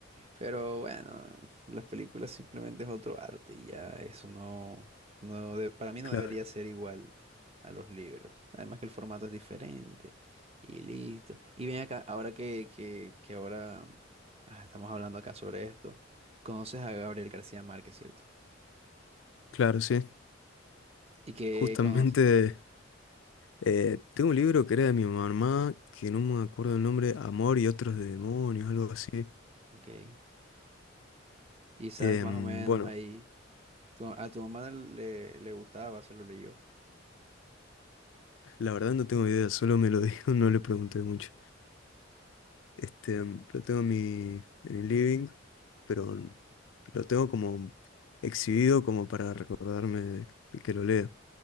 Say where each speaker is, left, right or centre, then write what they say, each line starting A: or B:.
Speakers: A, on the right; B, on the left.
A: Pero bueno, las películas simplemente es otro arte y ya eso no, no de- para mí no
B: Claro,
A: debería ser igual a los libros. Además que el formato es diferente y listo. Y ven acá, ahora que, que, que ahora ah, estamos hablando acá sobre esto, conoces a Gabriel García Márquez, ¿cierto?
B: claro, sí.
A: ¿Y qué
B: Justamente
A: conoces?
B: eh, tengo un libro que era de mi mamá, que no me acuerdo el nombre, Amor y otros demonios, algo así.
A: Ok. Y sabes
B: Em,
A: más o menos
B: bueno,
A: ahí. tu- a tu mamá no le, le gustaba, se lo leyó.
B: la verdad no tengo idea, solo me lo dijo, <laughs> no le pregunté mucho. Este, em, lo tengo en mi, en el living, pero lo tengo como exhibido como para recordarme de de que lo lea.